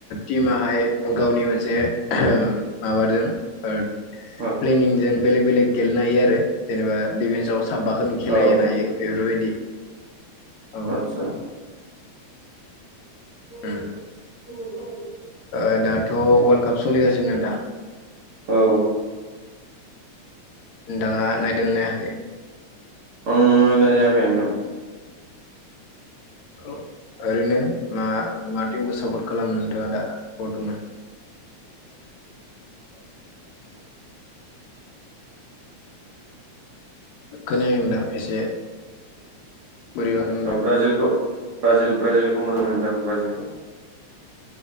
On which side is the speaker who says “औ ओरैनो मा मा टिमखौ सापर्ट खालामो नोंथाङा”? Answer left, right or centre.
Left